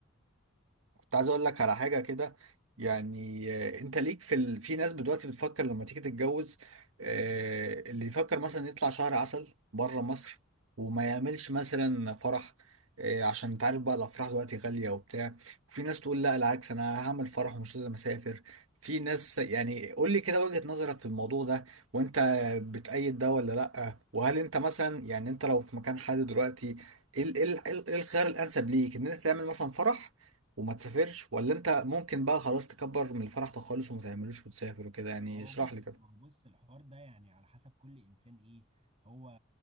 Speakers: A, on the right; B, on the right.
A: كنت عايز اقول لك على حاجه كده يعني آه، انت ليك في ال... في ناس دلوقتي بتفكر لما تيجي تتجوز آه، اللي يفكر مثلا يطلع شهر عسل بره مصر وما يعملش مثلا فرح آه، عشان انت عارف بقى الافراح دلوقتي غاليه وبتاع في ناس تقول لا العكس انا هعمل فرح ومش لازم اسافر في ناس يعني قول لي كده وجهه نظرك في الموضوع ده وانت بتأيد ده ولا لا وهل انت مثلا يعني انت لو في مكان حد دلوقتي ايه ال- إيه ال- إيه الخيار الانسب ليك ان انت تعمل مثلا فرح وما تسافرش ولا انت ممكن بقى خلاص تكبر من الفرح ده خالص وما تعملوش وتسافر وكده يعني
B: ما هو
A: اشرح
B: بص
A: لي كده
B: ما هو بص الحوار ده يعني على حسب كل انسان ايه هو